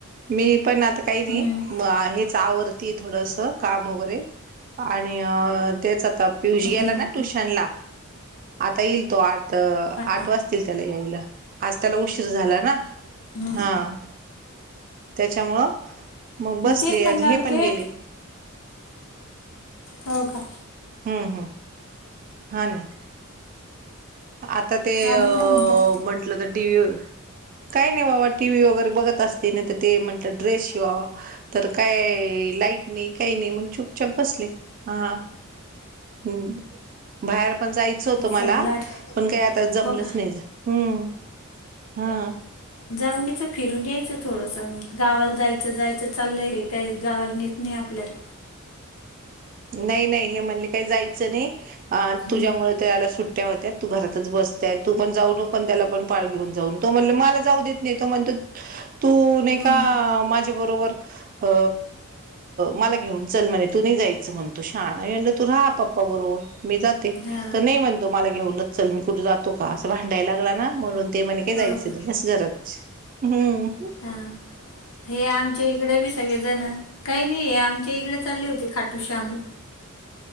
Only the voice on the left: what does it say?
हम्म
हम्म
हा
हम्म
तेच म्हणणार
होते
हो कां
अजून
काय म्हणता
सगला
हो का
जाऊंन याचं फिरूंन यांयचं थोडंसं गांवाला जायचं जायचं चाललं हे कांहीं गांवाला नेतं नाहीं आपल्यांला
हम्म
हम्म
हा.
हो का?
हा हे आमच्या इकडे बी सगळेजण, काही नाही हे आमच्या इकडे चालले होते खाटू श्यामला